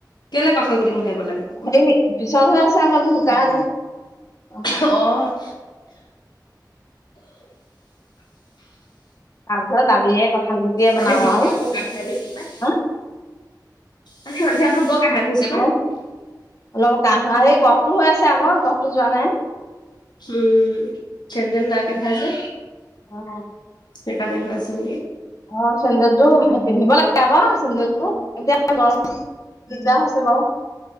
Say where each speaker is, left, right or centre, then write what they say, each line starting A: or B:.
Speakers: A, on the left (about 75°); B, on the left (about 50°).
A: কেলে কঁঠাল গুটি মোহাৰিব লাগে কুকুৰে
B: হেই পিছল হৈ আছে আকৌ এইবোৰ শুকান নাই অ'।
A: অ',
B: তাৰপিছত দালিয়ে কঠাল গুটিয়ে
A: আজি
B: বনাম
A: সন্ধিয়া
B: আৰু।
A: বৰ কাহে ধৰিছে পাই
B: হা,
A: আজি সন্ধিয়া কাহে ধৰিছে পাই
B: আহ্ অলপ কাহা, এই কফটো হৈ আছে আকৌ। কফটো যোৱা নাই।
A: উম্, চেন্দেল নাই পিন্ধা যে।
B: অ'
A: সেইকাৰণে হৈ আছ নেকি?
B: অ', চেন্দেল জোৰ পিন্ধিব লাগে আকৌ। চেন্দেলজোৰ এতিয়া। গৰমত দিগদাৰ হৈছে বাৰু।